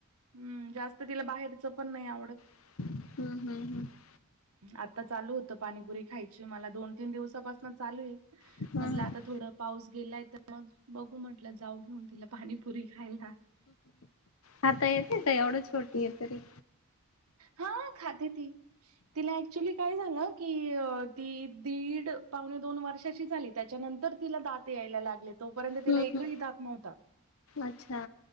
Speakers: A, on the right; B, on the left.
A: हम्म जास्त तिला बाहेरचं पण नाही आवडत.
B: <unintelligible>
A: आता चालू होत पाणीपुरी खायची मला दोन तीन दिवस. चालू आहे
B: हम्म
A: म्हटलं आता थोड पाऊस गेलाय तर. मग बघू म्हटलं जाऊ घेऊन तिला पाणीपुरी खायला.
B: खाता येते का एवढं छोटी आहे तरी
A: मग खाते ती. तिला ऍक्च्युली काय झाांग की ती दीड पावणे दोन वर्षाची झाली त्याच्यानंतर तर तिला दात यायला लागले तोपर्यंत तिला
B: हम्म
A: एकही दात नव्हता.
B: अच्छा